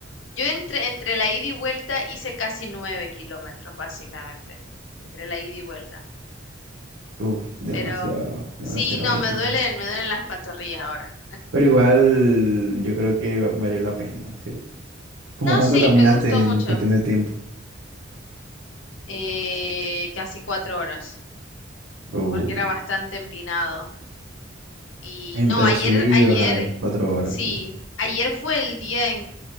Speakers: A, on the left; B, on the right.
A: Yo entre, entre la ida y vuelta hice casi nueve kilómetros, básicamente, entre la ida y vuelta.
B: uf, demasiado,
A: Pero
B: demasiado,
A: sí, no,
B: muchísimo.
A: me duelen, me duelen las pantorrillas ahora.
B: Pero igual yo creo que va- valió la pena, ¿cierto? ¿Cómo
A: No,
B: cuánto
A: sí,
B: caminaste
A: me gustó
B: en
A: mucho,
B: cuestión de tiempo?
A: eh, casi cuatro horas,
B: O
A: porque era bastante empinado. Y
B: entre
A: no, ayer,
B: subir y
A: ayer,
B: bajar, cuatro horas.
A: sí,
B: o-
A: ayer fue el día en,